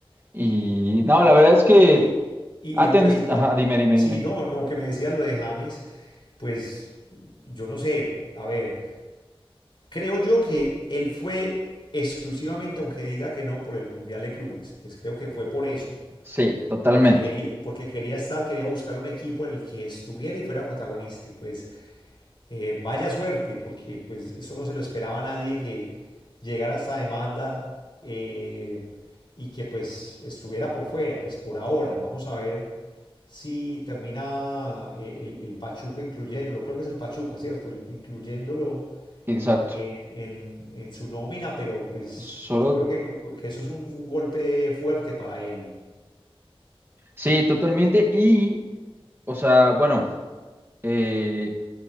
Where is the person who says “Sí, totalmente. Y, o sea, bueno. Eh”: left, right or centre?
Right